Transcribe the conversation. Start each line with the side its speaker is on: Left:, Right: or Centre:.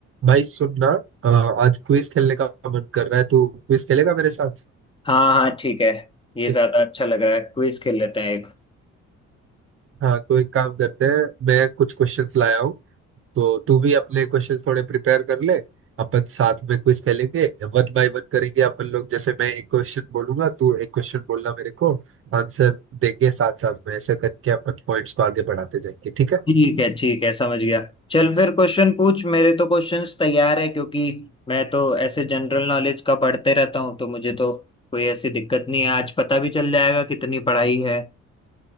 Right: भाई सुनना अ, आज क्विज खेलने का मन कर रहा है तू क्विज खेलेगा मेरे साथ
Left: हाँ हाँ ठीक है ये
Right: के-
Left: ज्यादा अच्छा लग रहा है क्विज खेल लेते हैं एक
Right: हाँ तो एक काम करते हैं मैं कुछ क्वेश्चंस लाया हूँ तो तू भी अपने क्वेश्चंस थोड़े प्रिपेयर कर ले अपन साथ में क्विज खेलेंगे वन बाय वन करेंगे अपन लोग जैसे मैं एक क्वेश्चन बोलूंगा तू एक क्वेश्चन बोलना मेरे को आंसर देंगे साथ साथ में ऐसे करके अपन पॉइंट्स को आगे बढ़ाते जाएंगे ठीक है
Left: ठीक है ठीक है समझ गया चल फिर क्वेश्चन पूछ मेरे तो क्वेश्चंस तैयार है क्योंकि मैं तो ऐसे जनरल नॉलेज का पढ़ते रहता हूँ तो मुझे तो कोई ऐसी दिक्कत नहीं है आज पता भी चल जाएगा कितनी पढ़ाई है